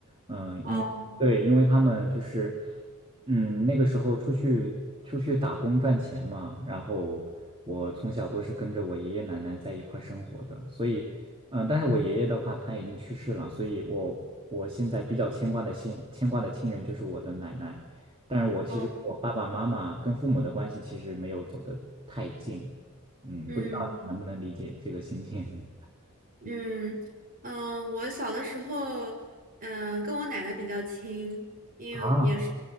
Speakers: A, on the right; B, on the right.
A: 嗯，
B: 哦
A: 因为对，因为他们就是嗯那个时候出去出去打工赚钱嘛，然后我从小都是跟着我爷爷奶奶在一块儿生活的，所以嗯，呃但是我爷爷的话他已经去世了，所以我我现在比较牵挂的亲牵挂的亲人就是我的奶奶。但是我其实跟我爸爸妈妈跟父母的关系其实没有走得太近，
B: 哦，
A: 嗯，
B: 嗯
A: 不知道你能不能理解这个心情 <laughs>
B: 嗯嗯，我小的时候，嗯，跟我奶奶比较亲，因为也是
A: 啊？